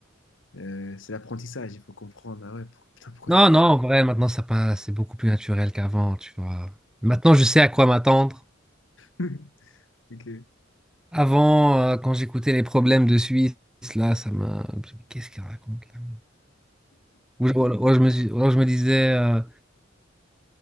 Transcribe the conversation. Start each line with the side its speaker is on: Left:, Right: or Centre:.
Left: euh, c'est l'apprentissage. Il faut comprendre. Ah ouais, pour- putain, pourquoi
Centre: Non,
Left: tu...
Centre: non, en vrai, maintenant, ça passe, c'est beaucoup plus naturel qu'avant, tu vois. Maintenant, je sais à quoi m'attendre.
Left: <laughs> Ok.
Centre: Avant, euh, quand j'écoutais les problèmes de Suisse, là, ça m'a... Qu'est-ce qu'il raconte, là? Ou, ou alors, ou alors je me suis- ou alors je me disais, euh,